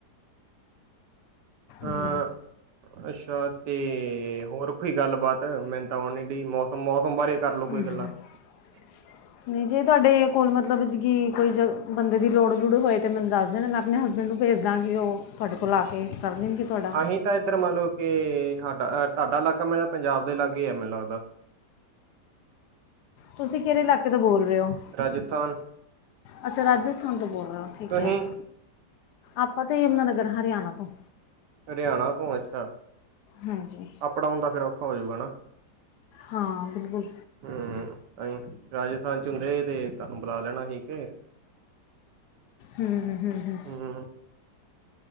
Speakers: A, on the right (about 80°); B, on the left (about 75°).
A: ਅ
B: ਜੀ
A: ਅੱਛਾ ਤੇ ਹੋਰ ਕੋਈ ਗੱਲਬਾਤ, ਮੈਨੂੰ ਤਾਂ ਉਹਨ ਦੀ ਮੌਸਮ-ਮੌਸਮ ਬਾਰੇ ਕਰ
B: <unintelligible>
A: ਲਓ ਕੋਈ ਗੱਲਾਂ। <unintelligible>
B: ਨਹੀਂ ਜੇ ਤੁਹਾਡੇ ਕੋਲ ਮਤਲਬ ਜਗੀ ਕੋਈ ਬੰਦੇ ਦੀ ਲੋੜ-ਲੂੜ ਹੋਏ ਤੇ ਮੈਨੂੰ ਦੱਸ ਦੇ ਨਾ ਮੈਂ ਆਪਣੇ ਹਸਬੈਂਡ ਨੂੰ ਭੇਜਦਾ ਗਈ, ਕਿ ਉਹ ਤੁਹਾਡੇ ਕੋਲ ਆ ਕੇ ਕਰ ਦੇਣਗੇ ਤੁਹਾਡਾ
A: ਅਸੀਂ ਤਾਂ ਇੱਧਰ ਮੰਨ ਲਓ, ਕਿ ਸਾਡਾ ਤੁਹਾਡਾ ਇਲਾਕਾ ਮੈੂੰ ਪੰਜਾਬ ਦੇ ਇਲਾਗੇ ਹੈ ਮੈਨੂੰ ਲੱਗਦਾ
B: ਤੁਸੀਂ ਕਿਹੜੇ ਇਲਾਕੇ ਤੋਂ ਬੋਲ ਰਹੇ ਹੋ-?
A: ਰਾਜਸਥਾਨ
B: ਅੱਛਾ ਰਾਜਸਥਾਨ ਤੋਂ ਬੋਲ ਰਹੇ ਹੋ ਠੀਕ
A: ਤੁਸੀਂ
B: ਹੈ। ਆਪਾਂ ਤੇ ਯਮੁਨਾ ਨਗਰ ਹਰਿਆਣਾ ਤੋਂ
A: ਹਰਿਆਣਾ ਤੋਂ ਅੱਛਾ
B: ਹਾਂਜੀ
A: ਅਪ ਡਾਊਨ ਦਾ ਫਿਰ ਔਖਾ ਹੋਜੂਗਾ ਨਾ
B: ਹਾਂ ਬਿਲਕੁਲ
A: ਹੂੰ, ਰਾਜਸਥਾਨ ਚ ਹੁੰਦੇ ਤੇ ਤੁਹਾਨੂੰ ਬੁਲਾ ਲੈਣਾ ਸੀ ਠੀਕੇ <unintelligible>
B: ਹੂੰ-ਹੂੰ-ਹੂੰ-ਹੂੰ
A: ਹੂੰ,